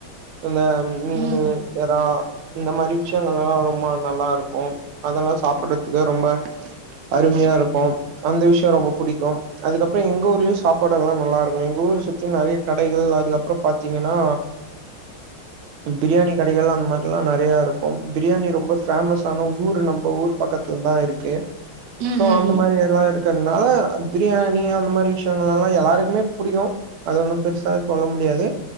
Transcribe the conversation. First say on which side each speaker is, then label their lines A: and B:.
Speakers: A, on the right (about 85°); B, on the right (about 70°).
A: இந்த மீனு
B: ம் ம்
A: எறா இந்த மாரி விஷயங்கள்ல்லா ரொம்ப நல்லா இருக்கு அதல்லா சாப்பறதுக்கு ரொம்ப அருமையா இருக்கு அந்த விஷயோ ரொம்ப புடிக்கு அதுக்கப்புறோ எங்க ஊர்லயு சாப்பாடு எல்லா நல்லா இருக்கு எங்க ஊர் சுத்தி நறைய கடைகள் அதுக்கப்புறோ பாத்தீங்கன்னா பிரியாணி கடைகள் அந்த மாரில்லா நறைய இருக்கு பிரியாணி ரொம்ப ஃபேமஸ்ஸான ஊரு நம்ப பக்கத்துல தா இருக்கே
B: ம்
A: சோ அந்த
B: ம்
A: மாரி எல்லா இருக்கறனால பிரியாணி அந்த மாரி விஷயங்கள்லல்லா எல்லாருக்குமே புடிக்கு அது ஒண்ணு பெருசா சொல்ல முடியாது